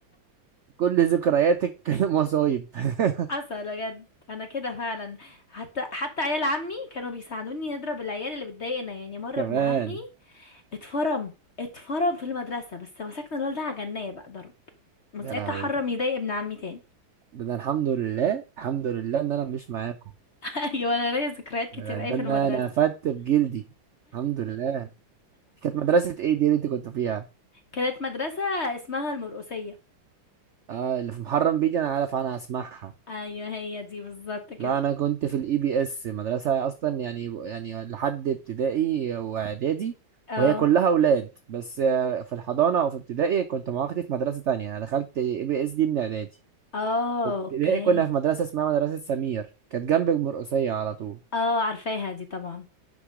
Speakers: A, on the right; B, on the left.
A: كل ذكرياتك <laughs> مصايب <laughs>
B: حصل بجد أنا كده فعلا حتى حتى عيال عمي كانوا بيساعدوني نضرب العيال اللي بتضايقنا يعني مرة
A: كمان
B: ابن عمي اتفرم اتفرم في المدرسة بس مسكنا الولد ده عجناه بقى ضرب من
A: يا
B: ساعتها
A: لهوي
B: حرم
A: ده
B: يضايق ابن عمي تاني
A: ده أنا الحمد لله الحمد لله ان انا مش معاكم
B: <laughs> ايوه انا ليا ذكريات كتير
A: ده ده
B: اي في
A: انا
B: المدرسة
A: انا فدت بجلدي الحمد لله كانت مدرسة ايه دي اللي انت كنت فيها
B: كانت مدرسة اسمها المرقسية
A: اه اللي في محرم بيجي انا عارف انا هسمعها
B: ايوه هي دي بالظبط كده
A: لا انا كنت في الاي بي اس مدرسة اصلا يعني يعني لحد ابتدائي واعدادي
B: اه
A: وهي كلها اولاد بس آه، في الحضانة او في ابتدائي كنت مع اختي في مدرسة تانية انا دخلت اي بي اس دي من اعدادي
B: اه
A: ابتدائي
B: اوكي
A: كنا في مدرسة اسمها مدرسة سمير كانت جنب المرقصية على طول
B: اه عارفاها دي طبعا